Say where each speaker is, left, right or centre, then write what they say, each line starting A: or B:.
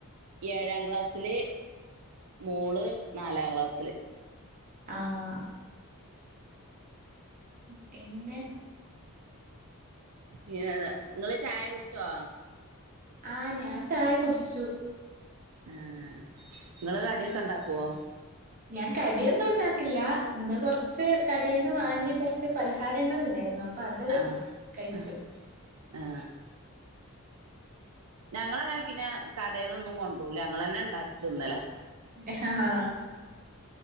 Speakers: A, on the right (about 80°); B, on the right (about 35°).
A: ഏഴാം ക്ലാസ്സില് മോള് നാലാം ക്ലാസ്സില്
B: ആഹ് പിന്നെ
A: പിന്നെത് ഇങ്ങള് ചായ കുടിച്ചോ
B: ആ ഞാൻ ചായ കുടിച്ചു
A: ആ നിങ്ങള് കടിയൊക്കെ
B: ഉം
A: ഉണ്ടാക്കുവോ
B: ഞാൻ കടിയൊന്നുണ്ടാക്കില്ല ഇന്ന് കൊറച്ച് കടി ടേന്ന് വാങ്ങി കൊറച്ച് ച്ച് പലഹാരങ്ങളിണ്ടായിരുന്നു അപ്പൊ അത്
A: ആ
B: കഴിച്ചു
A: ആ ആ ഞങ്ങളങ്ങനെ പിന്നെ കടെന്നൊന്നും കൊണ്ടോരുല ഞങ്ങളന്നെ ണ്ടാക്കി തിന്നലാ.
B: ങ് ഹ ആ